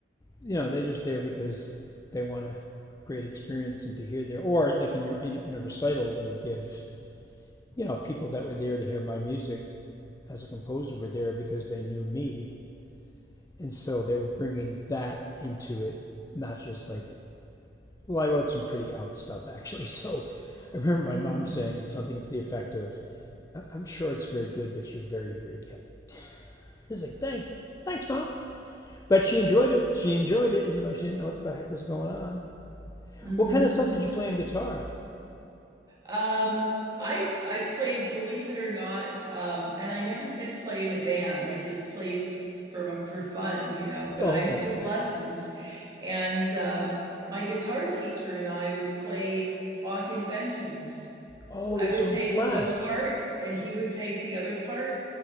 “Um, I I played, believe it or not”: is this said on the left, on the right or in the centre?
Right